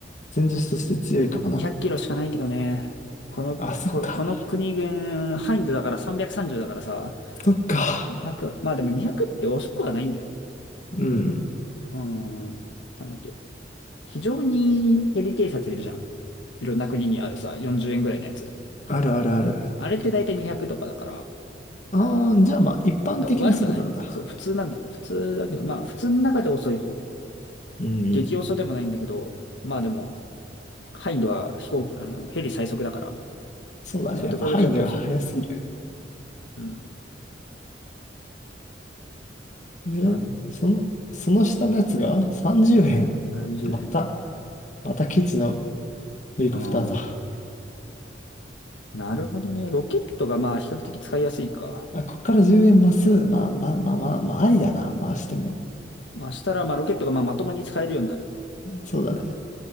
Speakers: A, on the left; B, on the left.
A: 戦術として強いかもな。
B: 200キロしかないけどね。この、
A: あ、そっか、
B: こ、この国軍、ハインドだから330だからさ、
A: そっか。
B: 200、まあでも200って遅くはないんだよね。
A: うん。
B: あのー、なんだっけ。非常にヘリ偵察いるじゃん。いろんな国にあるさ、40円ぐらいのやつ。
A: あるあるある。
B: あれって大体200とかだから、
A: ああ、じゃあまあ、一般的な速度なんだ。
B: だから悪くない。そう、普通なんだよ。普通だけど、
A: うん。
B: まあ、普通の中で遅い方。
A: うんうん。
B: 激遅でもないんだけど、まあでも、ハインドは飛行、あの、ヘリ最速だから、
A: そうだね。
B: それと比べちゃうと遅い。
A: やっぱ範囲が速すぎる。
B: うん。
A: ね、
B: なるほどね。
A: その、その下のやつが30円。
B: 何十円。
A: また、またケチのヘリコプターだ。
B: うん。なるほどね。ロケットがまあ比較的使いやすいか。
A: あ、こっから10円増す。まあまあまあまあ、まあ、ありだな。回しても。
B: まあしたらまあロケットがまあまともに使えるようになる。
A: そうだね。